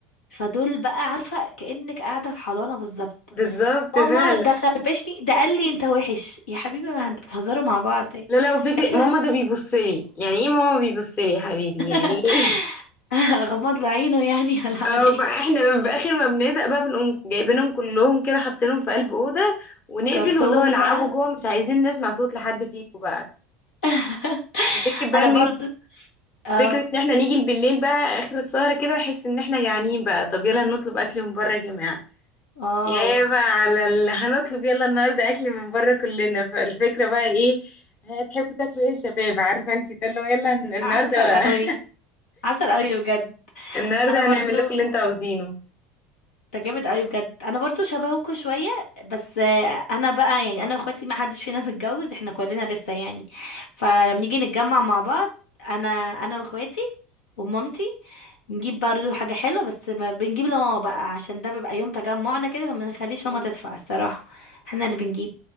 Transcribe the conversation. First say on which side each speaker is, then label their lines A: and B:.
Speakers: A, on the left; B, on the left.
A: فدول بقى عارفه كانك قاعده في حضانه بالظبط
B: بالظبط
A: ماما
B: فعلا
A: ده خربشني ده قال لي انت وحش يا حبيبي ما انت بتهزروا مع بعض
B: لا لا وفكرة
A: عيشة
B: ماما ده بيبص لي يعني ايه ماما بيبص لي يا حبيبي
A: <laughs>
B: يعني ايه <laughs>
A: غمض له عينه يعني <laughs> ولا اعمل
B: اه
A: ايه
B: فاحنا باخر ما بنزق بقى بنقوم جايبينهم كلهم كده حاطينهم في قلب اوضه ونقفل
A: كرتون
B: واللي هو العبوا
A: بقى
B: جوه مش عايزين نسمع صوت لحد فيكم بقى
A: <laughs>
B: فكرة بقى
A: انا
B: ان
A: برضو
B: انت
A: اه
B: فكرة ان احنا نيجي بالليل بقى اخر السهرة كده نحس ان احنا جعانين بقى طب يلا نطلب اكل من بره يا جماعة
A: اه
B: يابا على اللي هنطلب يلا النهارده اكل من بره كلنا فالفكره بقى ايه هتحبوا تاكلوا ايه يا شباب عارفه انت ده اللي هو يلا هن- النهارده
A: عسل قوي
B: <laughs>
A: عسل قوي بجد
B: النهارده
A: انا برضو
B: هنعمل لكم اللي انتوا عاوزينه
A: ده جامد قوي بجد انا برضو شبهكوا شويه بس آه، انا بقى يعني انا واخواتي ما حدش فينا <laughs> متجوز احنا كلنا لسه يعني فلما نيجي نتجمع مع بعض انا انا واخواتي ومامتي نجيب برضو حاجه حلوه بس ما بنجيب لماما بقى عشان ده بيبقى يوم تجمعنا كده فما نخليش
B: ايوه
A: ماما تدفع الصراحه احنا اللي بنجيب